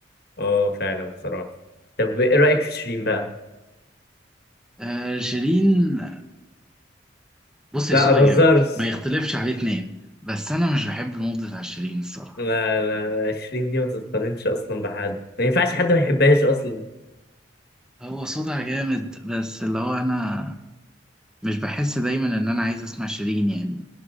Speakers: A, on the left; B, in the centre.
A: اه فعلا بصراحة طب ايه رأيك في شيرين بقى
B: آه شيرين بص هي
A: لا
B: صوتها
A: ما تهزرش
B: جامد ما يختلفش عليه اتنين بس انا مش بحب المود بتاع شيرين الصراحة
A: لا لا لا شيرين دي ما تتقارنش اصلا بحد ما ينفعش حد ما يحبهاش اصلا
B: هو صوتها جامد بس اللي هو انا مش بحس دايما ان انا عايز اسمع شيرين يعني